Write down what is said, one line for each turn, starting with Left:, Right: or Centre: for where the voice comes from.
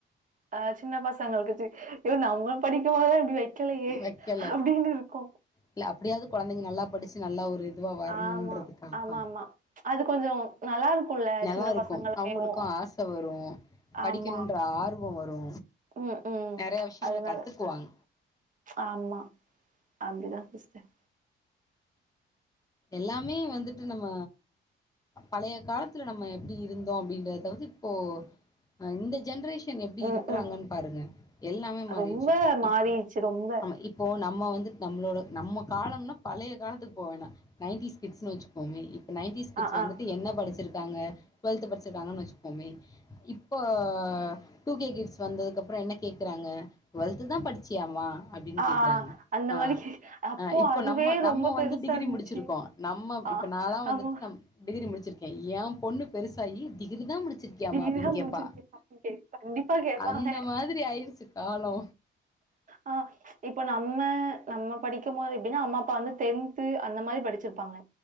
Right: அ சின்ன பசங்களுக்கு வெச் அய்யோ நம்ம படிக்கூ போத இப்டி வெக்கலயே
Left: வைக்கல
Right: அப்டின்னு இருக்கோ
Left: இல்ல அப்டியாவது குழந்தைங்க நல்லா படிச்சு நல்லா ஒரு இதுவா வரணும்ன்றதுக்காகத்தா
Right: ஆமா. ஆமாமா. அது கொஞ்சம் நல்லாருக்கும்ல
Left: நல்லா
Right: சின்ன
Left: ருக்கோ
Right: பசங்களுமேவும்.
Left: அவுங்களுக்கு ஆச வரூ படிக்கணுன்ற
Right: ஆமா.
Left: ஆர்வோவரூ
Right: ம், ம்.
Left: நெறய விஷயங்கள
Right: அதனால
Left: கத்துக்குவாங்க
Right: ஆமா அப்டிதா சிஸ்டர்
Left: எல்லாமே வந்துட்டு நம்ம பழைய காலத்துல நம்ம எப்டி இருந்தோ அப்டின்றதவூத்து இப்போ இந்த ஜென்ரேஷன் பசங்க எப்டி
Right: ம்,
Left: இருக்கிறாங்கன்
Right: ம்.
Left: பாருங்க எல்லாமே மாறிச்சு
Right: ரொம்ப மாறிடுச்சு
Left: இப்போ
Right: ரொம்ப.
Left: ஆமா இப் இப்போ நம்ம வந்து நம்மளோட நம்ம காலம்னா பழய காலத்துக்கு போவ்வேணா நைன்டீஸ் கிட்ஸ்ன்னு வச்சுப்போமே இப்ப நைன்டீஸ் கிட்ஸ்
Right: அ,
Left: வந்துட்டு
Right: ஆ.
Left: என்ன படிச்சிருக்காங்க டுவெல்த் படிச்சிர்க்காங்கன்னு வச்சுக்குவோமே இப்போ டூ கே கிட்ஸ் வந்ததுக்ப்றோ என்ன கேக்குறாங்க டுவெல்த் தா படிச் சியாமா அப்டின்
Right: ஆ,
Left: கேக்குறாங்க
Right: ஆ. அந்த
Left: ஆ
Right: மாரி அப்போ
Left: ஆ இப்போ
Right: அதுவே
Left: நம்ம நம்ம
Right: ரொம்ப பெருசா
Left: வந்து டிகிரி
Right: இருந்துச்சு.
Left: முடிச்சிருக் நம்ம
Right: ஆ
Left: இப்ப நானாலா வந்துட்டு
Right: ஆமா.
Left: நம் டிகிரி முடிச்சிருக்கே ஏ பொண்ணு பெருசாயி டிகிரி தா முடிச் சிரிக்கிறயாம்மா
Right: "நீ
Left: அப்டின்னு
Right: தான்
Left: கேப்பா
Right: முடிச்சிருக்கியா?" கேக் கண்டிப்பா கேப்பாங்க.
Left: அந்த மாரி ஆயிடிச்சி காலோ
Right: ஆ இப்ப நம்ம நம்ம படிக்குபோது எப்டினா அம்மா அப்பா வந்து டென்த்து அந்த மாரி படிச்சிருப்பாங்க